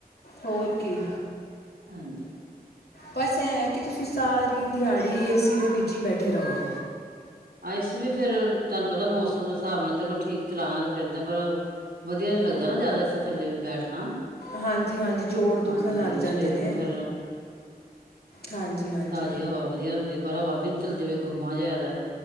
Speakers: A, on the left; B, on the right.
A: ਹੋਰ ਕੀ
B: ਹਾਂਜੀ।
A: ਬਸ ਐ ਐ ਕੀ ਤੁਸੀਂ ਸਾਰੀ ਦਿਹਾੜੀ ਏ ਸੀ ਦੇ ਵਿੱਚ ਈ ਬੈਠੇ ਰਵੋ।
B: ਆ ਏ ਸੀ ਵੀ ਫੇਰ ਤਾਨੂੰ ਪਤਾ ਮੌਸਮ ਦੇ ਸਾਬ ਨਾਲ ਚਲੋ ਠੀਕ ਚਲਾਣਾ ਤੇ ਪੈਂਦਾ। ਪਰ ਵਧੀਆ ਨੀ ਲੱਗਦਾ ਨਾ, ਜ਼ਾਦਾ ਏ ਸੀ ਥੱਲੇ ਵੀ ਬੈਠਣਾ।
A: ਹਾਂਜੀ-ਹਾਂਜੀ ਜੋੜ ਦੁਖਣ
B: ਹਾਂਜੀ
A: ਲੱਗ ਜਾਂਦੇ
B: ਸਰੀਰ
A: ਨੇ।
B: ਨੂੰ ਫੇਰ
A: ਹਾਂਜੀ-ਹਾਂਜੀ।
B: ਤਾਜੀ ਹਵਾ ਵਧੀਆ ਹੁੰਦੀ, ਪਰ ਹਵਾ ਵੀ ਨੀ ਚੱਲਦੀ ਪਈ, ਗੁੰਮਾ ਜਿਆ ਹੋਇਆ ਦਾ।